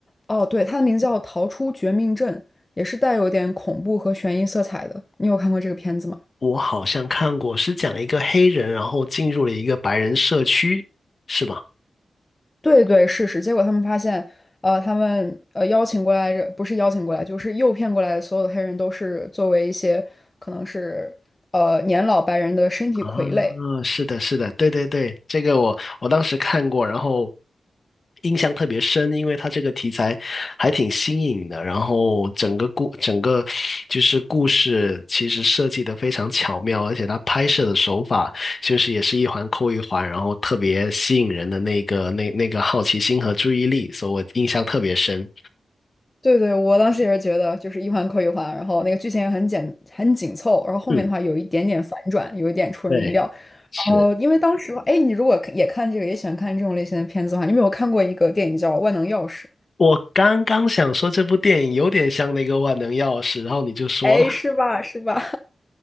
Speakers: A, on the left; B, on the left.
A: 哦，对，它的名字叫《逃出绝命镇》，也是带有点恐怖和悬疑色彩的。你有看过这个片子吗？
B: 我好像看过，是讲一个黑人，然后进入了一个白人社区，是吗？
A: 对对，是是。结果他们发现，呃，他们呃邀请过来，不是邀请过来，就是诱骗过来的所有的黑人都是作为一些可能是呃年老白人的身体傀儡。
B: 啊，是的，是的，对对对，这个我我当时看过，然后印象特别深，因为它这个题材还挺新颖的，然后整个故整个就是故事其实设计的非常巧妙，而且它拍摄的手法就是也是一环扣一环，然后特别吸引人的那个那那个好奇心和注意力，所以我印象特别深。
A: 对对，我当时也是觉得就是一环扣一环，然后那个剧情也很简很紧凑，然后后面的话有一点点反转，
B: 嗯，
A: 有一点出人意料。
B: 对，是。
A: 然后因为当时，哎，你如果也看这个，也喜欢看这种类型的片子的话，你有没有看过一个电影叫《万能钥匙》？
B: 我刚刚想说这部电影有点像那个《万能钥匙》，然后你就说了，
A: 哎，是吧？是吧？